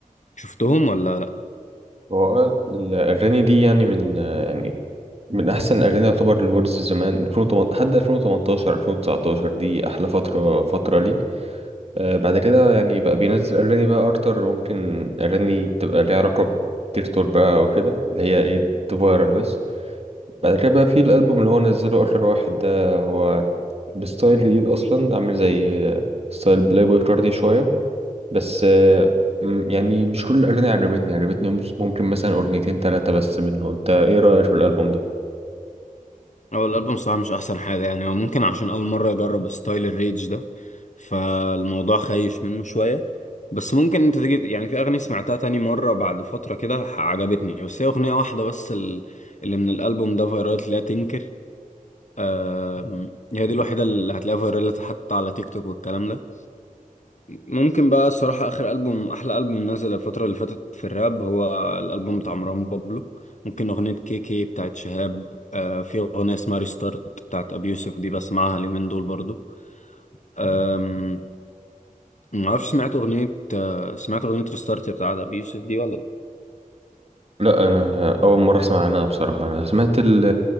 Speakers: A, on the left; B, on the right.
A: شفتهم ولا
B: هو الأغاني دي يعني من يعني من احسن الاغاني يعتبر الوردز زمان 2008 لحد 2018 2019 دي احلى فتره فتره لي آه بعد كده يعني بقى بينزل اغاني بقى اكتر ممكن اغاني تبقى ليها علاقه بتيك توك بقى او كده اللي هي ايه تفايرل بس بعد كده بقى في الالبوم اللي هو نزله اخر واحد ده هو بستايل جديد اصلا عامل زي آه، ستايل بلاي بوي كاردي شويه بس آه م- يعني مش كل الاغاني عجبتني عجبتني ممكن مثلا اغنيتين ثلاثه بس منه انت ايه رايك في الالبوم ده
A: هو الألبوم صراحة مش أحسن حاجة يعني هو ممكن عشان أول مرة أجرب ستايل الريدج ده فالموضوع خايش منه شوية بس ممكن أنت تيجي يعني في أغاني سمعتها تاني مرة بعد فترة كده عجبتني بس هي أغنية واحدة بس ال- اللي من الألبوم ده فيرالت لا تنكر آم، هي دي الوحيدة اللي هتلاقيها فيرالت حتى على تيك توك والكلام ده ممكن بقى الصراحة آخر ألبوم أحلى ألبوم نزل الفترة اللي فاتت في الراب هو الألبوم بتاع مروان بابلو ممكن أغنية كي كي بتاعت شهاب آه في أغنية اسمها ريستارت بتاعت أبي يوسف دي بسمعها اليومين دول برضو آم، معرفش سمعت أغنية آه سمعت أغنية ريستارت بتاعت أبي يوسف دي ولا لأ
B: لا انا اول مره اسمع عنها بصراحه انا سمعت ال